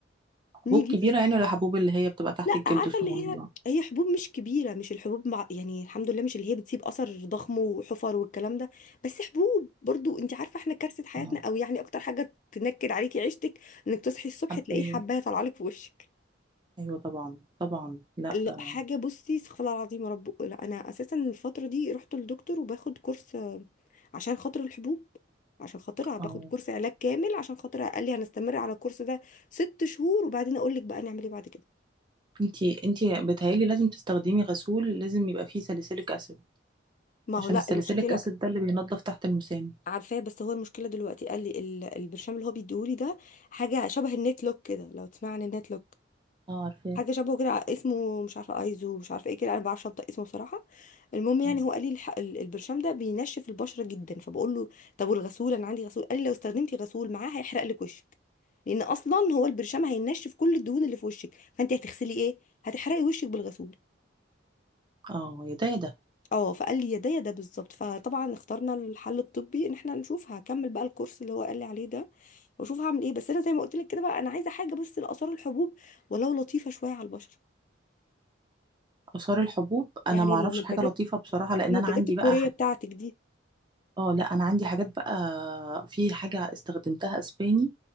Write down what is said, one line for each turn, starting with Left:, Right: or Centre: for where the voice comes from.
Right: حبوب
Left: نيجي
Right: كبيره
Left: في
Right: يعني ولا حبوب اللي هي بتبقى تحت
Left: لا
Right: الجلد
Left: عارفه
Right: صغننه
Left: اللي هي هي حبوب مش كبيره مش الحبوب مع... يعني الحمد لله مش اللي هي بتسيب اثر ضخم وحفر والكلام ده بس حبوب برضو انت عارفه احنا كارثه حياتنا
Right: اه
Left: او يعني اكتر حاجه تنكد عليكي عيشتك انك تصحي الصبح
Right: حبية
Left: تلاقيه حبايه طالعه لك في وشك
Right: ايوه طبعا طبعا لا
Left: لا
Right: اه
Left: حاجه بصي استغفر الله العظيم يا رب لا انا اساسا الفتره دي رحت للدكتور وباخد كورس آه، عشان خاطر الحبوب عشان خاطرها باخد
Right: آه.
Left: كورس علاج كامل عشان خاطرها قال لي هنستمر على الكورس ده ست شهور وبعدين اقول لك بقى نعمل ايه بعد كده
Right: انتي انتي بتهيألي لازم تستخدمي غسول لازم يبقى فيه ساليسيليك اسيد
Left: ما
Right: عشان
Left: هو لا
Right: الساليسيليك
Left: المشكله
Right: اسيد ده اللي بينضف تحت المسام
Left: عارفاه بس هو المشكله دلوقتي قال لي ال- البرشام اللي هو بيديهولي ده حاجه شبه النت لوك كده لو تسمع عن النت لوك
Right: اه عارفاه
Left: حاجه شبهه كده ع- اسمه مش عارفه ايزو مش عارفه ايه كده انا ما بعرفش انطق اسمه بصراحه المهم يعني
Right: اه
Left: هو قال لي الح- ال- البرشام ده بينشف البشره جدا فبقول له طب والغسول انا عندي غسول قال لي لو استخدمتي غسول معاه هيحرق لك وشك لان اصلا هو البرشام هينشف كل الدهون اللي في وشك فانت هتغسلي ايه هتحرقي وشك بالغسول
Right: اه يا ده يا ده
Left: اه فقال لي يا ده يا ده بالظبط فطبعا اخترنا الحل الطبي ان احنا نشوف هكمل بقى الكورس اللي هو قال لي عليه ده واشوف هعمل ايه بس انا زي ما قلت لك كده بقى انا عايزه حاجه بس لاثار الحبوب ولو لطيفه شويه على البشره
Right: آثار الحبوب انا
Left: يعني
Right: ما
Left: المنتجات
Right: اعرفش حاجه لطيفه بصراحه لان
Left: المنتجات
Right: انا عندي
Left: الكورية
Right: بقى حاجات
Left: بتاعتك دي
Right: اه لا انا عندي حاجات بقى في حاجه استخدمتها اسباني